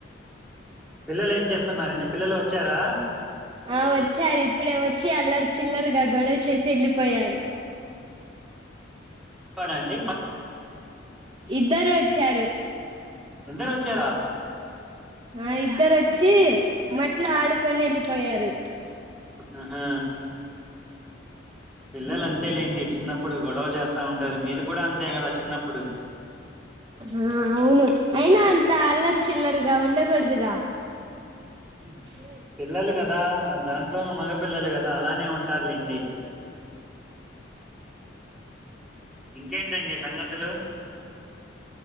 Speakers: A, in the centre; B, on the right.
A: పిల్లలు ఏం చేస్తున్నారండి? పిల్లలు వచ్చారా.
B: ఆ వచ్చారు. ఇప్పుడే వచ్చి అల్లరి చిల్లరగా గొడవ చేసి ఎళ్ళిపోయారు.
A: పడండి.
B: ఇద్దరు ఒచ్చారు.
A: ఇద్దరు ఒచ్చారా?
B: ఆ ఇద్దరు వచ్చి, మట్లో ఆడుకొని, ఎళ్ళిపోయారు.
A: అహా పిల్లలు అంతే లేండి చిన్నప్పుడు గొడవ చేస్తా ఉంటారు మీరు కూడా అంతే కదా చిన్నప్పుడు
B: ఆ అవును అయినా అంత
A: ఉమ్,
B: అల్లరి చిల్లరిగా ఉండకూడదుగా హ్మ్
A: పిల్లలు కదా దాం ఇట్లోను మగపిల్లలు కదా అలానే ఉంటారులేండి ఇంకేంటండి సంగతులు